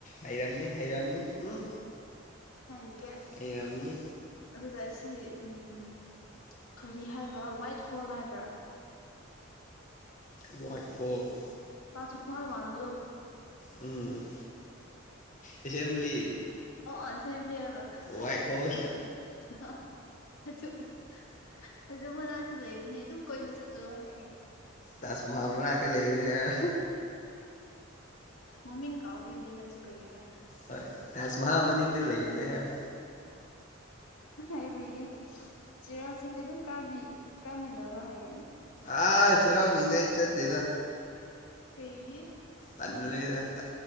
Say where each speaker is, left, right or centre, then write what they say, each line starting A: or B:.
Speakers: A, on the left (about 35°); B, on the left (about 85°).
A: ꯍꯩꯔꯝꯅꯤ ꯍꯩꯔꯝꯅꯤ ꯎꯝ
B: ꯍꯥꯏꯀꯦ
A: ꯍꯩꯔꯝꯅꯤ
B: ꯑꯗꯨꯒ ꯁꯤ ꯎꯝ ꯀꯔꯤ ꯍꯥꯏꯕ ꯋꯥꯏꯠ ꯍꯣꯜ ꯍꯥꯏꯕ꯭ꯔꯥ
A: ꯋꯥꯏꯠ ꯍꯣꯜ
B: ꯇꯥꯖꯃꯍꯜ ꯃꯥꯟꯕꯗꯣ
A: ꯎꯝ ꯑꯦꯁꯦꯝꯕ꯭ꯂꯤ
B: ꯑꯣ ꯁꯦꯝꯂꯦꯕ
A: ꯋꯥꯏꯠ ꯍꯣꯜ
B: ꯑꯗꯨ <unintelligible> ꯑꯗꯨ ꯃꯅꯥꯛꯇ ꯂꯩꯕꯅꯦ ꯑꯗꯨꯝ ꯀꯣꯏꯕ ꯆꯠꯂꯣ ꯍꯥꯏꯒꯦ
A: ꯇꯥꯁꯃꯍꯜ ꯃꯅꯥꯛꯇ ꯂꯩꯕꯅꯦ ꯍꯥꯏꯔ
B: ꯃꯃꯤꯡ ꯀꯥꯎꯕꯩꯅꯦ ꯅꯪꯁꯨ ꯀꯔꯤꯔꯥ
A: ꯍꯣꯏ ꯇꯥꯖꯃꯍꯜ ꯃꯅꯤꯡꯗ ꯂꯩꯕꯅꯦ ꯍꯥꯏ
B: ꯍꯥꯏꯕꯤꯒꯦ ꯆꯩꯔꯥꯎ ꯆꯤꯡꯗꯤ ꯑꯗꯨꯝ ꯀꯥꯕꯤ ꯀꯥꯃꯤꯟꯅꯔꯣ ꯍꯥꯏꯒꯦ
A: ꯑꯥ ꯆꯩꯔꯥꯎꯆꯤꯡꯗ ꯑꯩ ꯆꯠꯇꯦꯗ
B: ꯀꯩꯒꯤ
A: ꯇꯜꯂꯦꯗ ꯇ